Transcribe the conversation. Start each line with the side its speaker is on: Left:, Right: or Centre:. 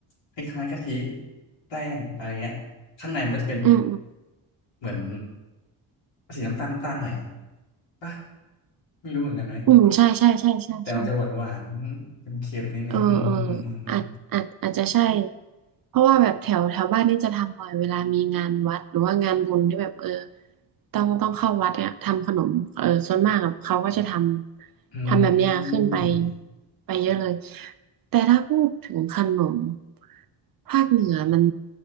Left: คล้ายๆกะทิแป้งอะไรเงี้ยข้างในมันก็จะเป็น
Right: อืมอืม
Left: เหมือนสีน้ำตาลน้ำตาลหน่อยปะไม่รู้เหมือนกันไหม
Right: อืมใช่ใช่ใช่ใช่ใช่
Left: แต่มันจะหวานหวานเค็มๆนิดนึงอืมอืมอืมอืมอืม
Right: เออเอออาจอาจอาจจะใช่เพราะว่าแบบแถวแถวบ้านนี่จะทำบ่อยเวลามีงานวัดหรือว่างานบุญที่แบบเออต้องต้องเข้าวัดเนี่ยทำขนมเออส่วนมากอะเขาก็จะทำทำแบบเนี้ยขึ้นไป
Left: อืม
Right: ไปเยอะเลยแต่ถ้าพูดถึงขนมภาคเหนือมัน